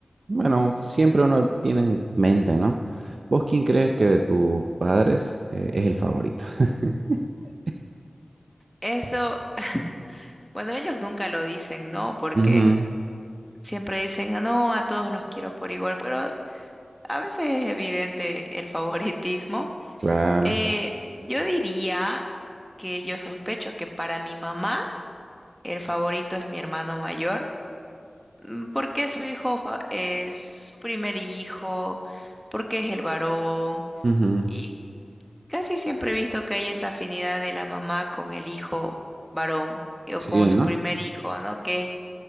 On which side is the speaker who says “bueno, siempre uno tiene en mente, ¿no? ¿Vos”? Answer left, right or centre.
Right